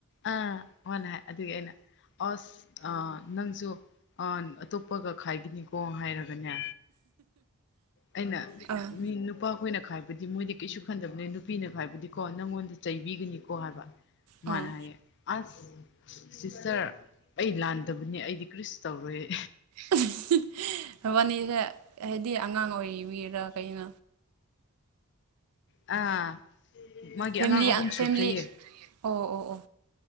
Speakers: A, on the left (about 50°); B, on the right (about 80°).
A: ꯑꯥ ꯋꯥꯅ ꯍꯥꯏ ꯑꯗꯨꯒꯤ ꯑꯩꯅ ꯑꯁ ꯑꯥ ꯅꯪꯁꯨ ꯑꯥ ꯑꯇꯣꯞꯄꯒ ꯈꯥꯏꯒꯤꯅꯤꯀꯣ ꯍꯥꯏꯔꯒ ꯒꯅꯦ ꯑꯩꯅ
B: ꯑꯥ
A: ꯃꯤ ꯅꯨꯄ ꯈꯣꯏꯅ ꯈꯥꯏꯕꯗꯤ ꯃꯣꯏꯗꯤ ꯀꯩꯁꯨ ꯈꯟꯗꯕꯅꯦ ꯅꯨꯄꯤꯅ ꯈꯥꯏꯕꯗꯤꯀꯣ ꯅꯪꯉꯣꯟꯗ ꯆꯩꯕꯤꯒꯅꯤꯀꯣ ꯍꯥꯏꯕ
B: ꯑꯥ
A: ꯃꯥꯅ ꯍꯥꯏꯌꯦ ꯑꯁ ꯁꯤꯁꯇꯔ ꯑꯩ ꯂꯥꯟꯗꯕꯅꯦ ꯑꯩꯗꯤ ꯀ꯭ꯔꯤꯁꯨ ꯇꯧꯔꯣꯏꯌꯦ
B: ꯎꯝ ꯍꯦ ꯃꯕꯥꯅꯤꯖꯦ ꯍꯥꯏꯗꯤ ꯑꯉꯥꯡ ꯑꯣꯏꯔꯤꯕꯤꯔ ꯀꯩꯅꯣ
A: ꯑꯥ ꯃꯥꯒꯤ
B: ꯐꯦꯃꯤꯂꯤ
A: ꯑꯉꯥꯡ ꯑꯍꯨꯝ
B: ꯑꯥ
A: ꯁꯨꯈ꯭ꯔꯦꯌꯦ
B: ꯐꯦꯃꯤꯂꯤ ꯑꯣ ꯑꯣ ꯑꯣ